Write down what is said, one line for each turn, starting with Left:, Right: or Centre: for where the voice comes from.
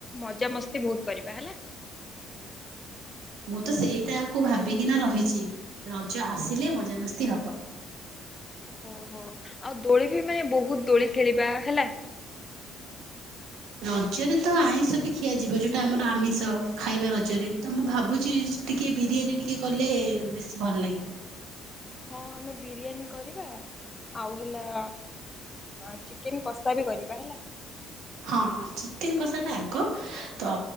Left: ମଜା ମସ୍ତି ବହୁତ କରିବା ହେଲା।
Right: ମୁଁ ତ ସେଇଟାକୁ ଭାବିକିନା ରହିଛି ରଜ ଆସିଲେ ମଜାମସ୍ତି ହବ।
Left: ଓହୋ ଆଉ ଦୋଳି ବି ମାନେ ବହୁତ ଦୋଳି ଖେଳିବା ହେଲା।
Right: ରଜରେ ତ ଆଇଁଷ ବି ଖିଆଯିବ ଯେଉଁଟା ଆମର ଆମିଷ ଖାଇବା ରଜରେ ତ ମୁଁ ଭାବୁଛି। ଟିକେ ବିରିୟାନୀ ଟିକେ କଲେ ବେଶୀ ଭଲ ଲାଗିବ।
Left: ହଁ ଆମେ ବିରିୟାନୀ କରିବା ଆଉ ହେଲା। ହଁ ଚିକେନ କଷା ବି କରିବା ହେଲା।
Right: ହଁ ଚିକେନ କଷା ଟା ଆଗ ତ